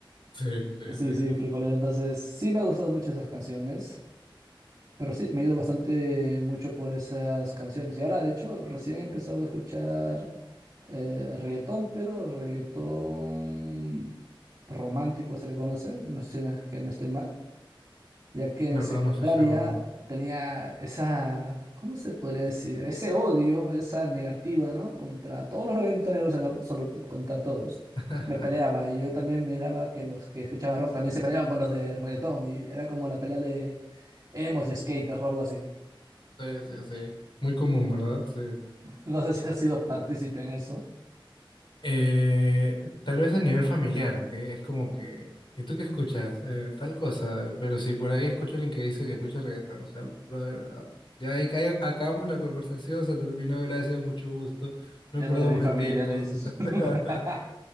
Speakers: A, on the left; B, on the right.
A: Sí, sí,
B: Sí,
A: sí.
B: sí, frijolero. Entonces, sí me ha gustado mucho esas canciones. Pero sí, me he ido bastante mucho por esas canciones. Y ahora, de hecho, recién he empezado a escuchar eh, reggaetón, pero reggaetón romántico se le conoce, no sé si no es que no estoy mal, ya que
A: La
B: en
A: verdad
B: secundaria
A: no estoy seguro.
B: tenía esa, ¿cómo se podría decir? Ese odio, esa negativa, ¿no? Contra todos los reggaetoneros en absoluto, contra todos.
A: <laughs>
B: Me peleaba y yo también miraba que los que escuchaban rock también se peleaban con los de reggaetón y era como la pelea de emos y skaters o algo así.
A: Sí, sí, sí. Muy común, ¿verdad? Sí.
B: No sé si has sido partícipe en eso.
A: Eh, tal vez a nivel familiar, ¿ok? Es como que... ¿Y tú qué escuchas? Eh, tal cosa. Pero si por ahí escucho a alguien que dice que escucha reggaetón, o sea, brother, ah, ya ahí ca- acabamos la conversación, se terminó, gracias, mucho gusto. No
B: Ya
A: perdamos
B: no eres mi familia,
A: el tiempo.
B: le dices.
A: <laughs>
B: <laughs>